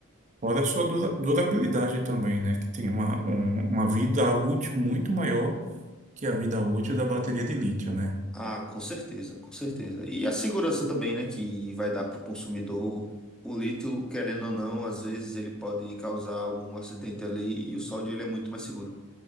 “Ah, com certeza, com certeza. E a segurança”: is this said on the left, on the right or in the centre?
Centre